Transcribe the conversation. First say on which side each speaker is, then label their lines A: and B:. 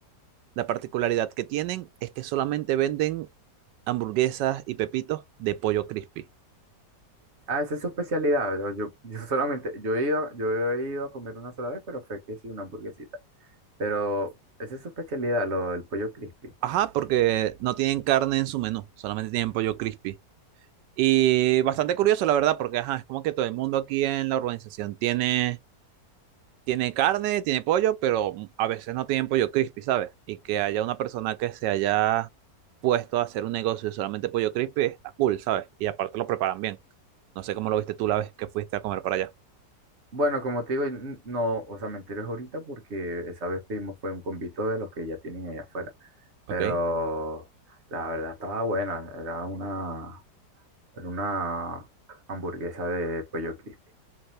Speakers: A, on the right; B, on the right.
A: la particularidad que tienen es que solamente venden hamburguesas y pepitos de pollo crispy.
B: Ah, esa es su especialidad. Yo, yo, yo solamente, yo he ido, yo he ido a comer una sola vez, pero fue que sí, una hamburguesita. Pero esa es su especialidad, lo, el pollo crispy.
A: Ajá, porque no tienen carne en su menú, solamente tienen pollo crispy. Y bastante curioso, la verdad, porque ajá, es como que todo el mundo aquí en la urbanización tiene, tiene carne, tiene pollo, pero a veces no tienen pollo crispy, ¿sabes? Y que haya una persona que se haya puesto a hacer un negocio de solamente pollo crispy, está cool, ¿sabes? Y aparte lo preparan bien. No sé cómo lo viste tú la vez que fuiste a comer para allá,
B: Bueno, como te digo, n- no, o sea, me enteré ahorita porque esa vez pedimos fue un convito de los que ya tienen allá afuera. Pero
A: ¿ok?
B: la verdad estaba buena, era una, era una hamburguesa de pollo crispy.